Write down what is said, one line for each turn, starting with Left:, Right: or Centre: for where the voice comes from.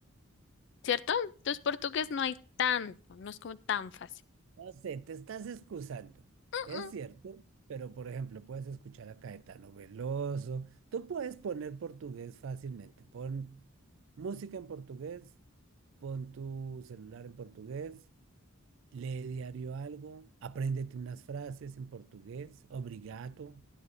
Left: ¿cierto? Entonces portugués no hay tanto, no es como tan fácil.
Right: No sé, te estás excusando.
Left: Mm,
Right: Es cierto, pero por ejemplo, puedes escuchar a Caetano Veloso. Tú puedes poner portugués fácilmente. Pon música en portugués, pon tu celular en portugués, lee diario algo, apréndete unas frases en portugués. Obrigado.